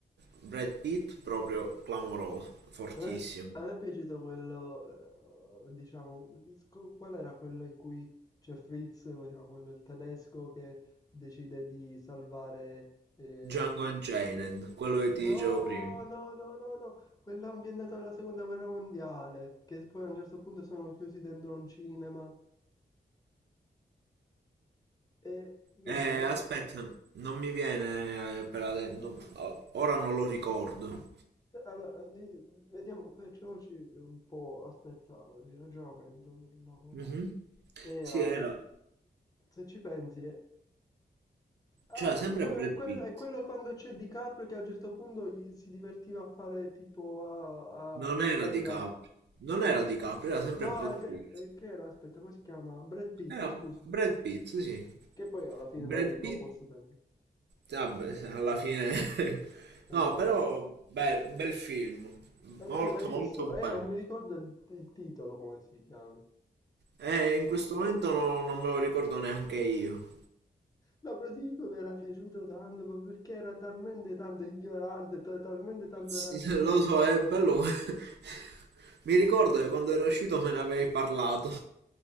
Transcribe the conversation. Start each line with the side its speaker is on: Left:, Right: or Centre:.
Right: Brad Pitt proprio clamoroso, fortissimo.
Left: A me, a me è piaciuto quello, eh, diciamo, co- qual era quello in cui c'è Fritz, diciamo, quello il tedesco che decide di salvare eh,
Right: Django
Left: la gente.
Right: Unchained, quello che
Left: No,
Right: ti dicevo prima.
Left: no, no, no, no, quello ambientato nella seconda guerra mondiale, che poi a un certo punto sono chiusi dentro un cinema e,
Right: Eh,
Left: e già...
Right: aspetta, non mi viene eh, per adesso, non- o- ora non lo ricordo.
Left: Allora, di- vediamo, facciamoci un po', aspetta, di ragionamento. allora.
Right: Mhm.
Left: Era,
Right: Sì,
Left: era
Right: era,
Left: per- Se ci pensi è... Ah
Right: cioè
Left: sì,
Right: sempre
Left: que-
Right: Brad
Left: è quello,
Right: Pitt,
Left: è quello quando c'è DiCaprio che a un certo punto gli si divertiva a fare tipo a,
Right: non
Left: a- a
Right: era
Left: intagliare.
Right: DiCaprio, non era DiCaprio, era sempre
Left: No,
Right: Brad
Left: è che,
Right: Pitt.
Left: è che era, aspetta, come si chiama? Brad Pitt,
Right: Era
Left: scusa.
Right: Brad Pitt, sì. sì.
Left: Che poi alla fine
Right: Brad
Left: l'ha riproposto
Right: Pitt,
Left: sempre.
Right: vabbè, se- alla fine... <laughs>
Left: Sempre
Right: No, però
Left: Clark.
Right: bel, bel film,
Left: Ma quindi
Right: molto
Left: l'hai visto?
Right: molto bello.
Left: Eh, non mi ricordo il, il titolo come si chiama.
Right: Eh, in questo momento no- non me lo ricordo neanche io.
Left: No, però ti dico mi era piaciuto tanto ma perché era talmente tanto ignorante, ta- talmente tanto
Right: Sì,
Left: random.
Right: sì, Lo so, è bello. <laughs> Mi ricordo
Left: Oh,
Right: che quando era uscito me ne avevi parlato.